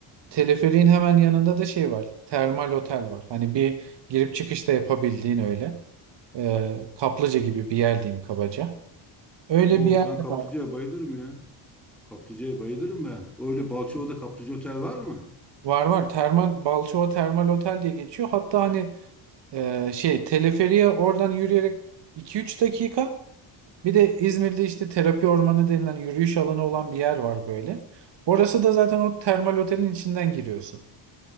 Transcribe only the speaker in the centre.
Oo
ben
kaplıcaya
bayılırım ya. Kaplıcaya bayılırım ben. Öyle Balçova'da kaplıca otel var mı?